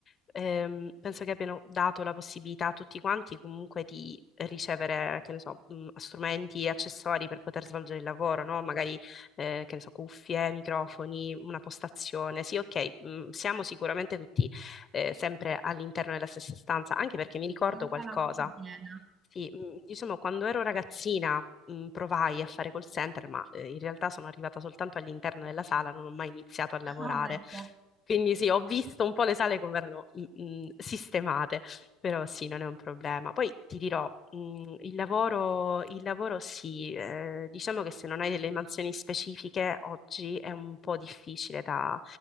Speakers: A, on the left; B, on the right.
A: ehm, penso che abbiano dato la possibilità a tutti quanti comunque di ricevere, che ne so, mm, strumenti e accessori per poter svolgere il lavoro, no? Magari, eh, che ne so, cuffie, microfoni, una postazione. Sì, ok, mm, siamo sicuramente tutti, eh, sempre all'interno della stessa stanza, anche perché mi ricordo
B: È una
A: qualcosa.
B: sala molto piena.
A: Sì, mh, diciamo, quando ero ragazzina, mh, provai a fare call center, ma eh, in realtà sono arrivata soltanto all'interno della sala, non ho mai iniziato a lavorare.
B: <laughs> Ah, ecco.
A: Quindi sì, ho visto un po' le sale come erano mh, mh, sistemate, però sì, non è un problema. Poi ti dirò, mh, il lavoro, il lavoro sì, eh, diciamo che se non hai delle mansioni specifiche oggi è un po' difficile da,